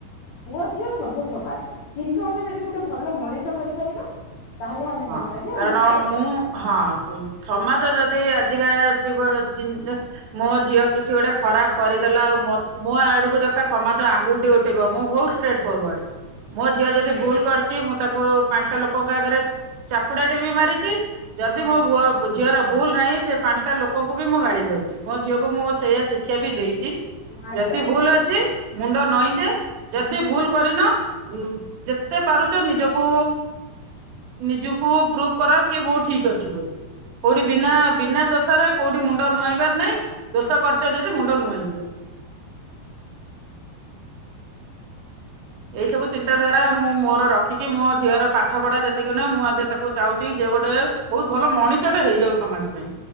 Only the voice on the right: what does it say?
ହଁ
କାରଣ
ମୁଁ ହଁ ସମାଜ ଯଦି ଆଜିକା ଯୁଗ ଜି ମୋ ଝିଅ କିଛି ଗୋଟେ ଖରାପ କରିଦେଲା ଆଉ ମୋ ଆଡ଼କୁ ଯଥା ସମାଜ ଆଙ୍ଗୁଠି ଉଠିବ ମୁଁ ଭୋଉ ଷ୍ଟ୍ରେଟ ଫରୱଡ଼ ମୋ ଝିଅ ଯଦି
ଭୁଲ କରିଛି ମୁଁ ତାକୁ ପାଞ୍ଚଟା ଲୋକଙ୍କ ଆଗରେ ଚାପୁଡ଼ା ଟେ ବି ମାରିଛି। ଯଦି
ମୋ ଉଅ ଝିଅର ଭୁଲ ନାହିଁ ସେ ପାଞ୍ଚଟା ଲୋକଙ୍କୁ ବି ମୁଁ ଗାଳି କରିଚି। ମୋ ଝିଅକୁ ମୁଁ ସେଇଆ ଶିକ୍ଷା ବି ଦେଇଛି
ଯଦି
ଭୁଲ ଅଛି ମୁଣ୍ଡ
ନଈଁ ଦେ ଯଦି ଭୁଲ କରିନ ଉଁ ଯେତେ ପାରୁଚ ନିଜକୁ ନିଜୁକୁ ପ୍ରୁଭ୍ କରାଅ କି ବୁ ଠିକ୍ ଅଛି ବୋଲି। କୋଉଠି ବିନା ବିନା ଦୋଷରେ କୋଉଠି ମୁଣ୍ଡ ନୁଆଁଇବାର ନାଇଁ ଦୋଷ କରିଚ ଯଦି ମୁଣ୍ଡ ନୁଆଇଁ ଦିଅ।
ଏଇ ସବୁ ଚିନ୍ତାଧାରା ମୁଁ ମୋର ରଖିକି ମୋ ଝିଅର ପାଠ ପଡ଼ା ଯେତିକି ନୁହେଁ ମୁଁ ଆଗେ ତାକୁ ଚାହୁଁଛି ସିଏ ଗୋଟେ ବୋହୁତ ଭଲ ମଣିଷ ଟେ ହେଇଯାଉ ସମାଜ ପାଇଁ।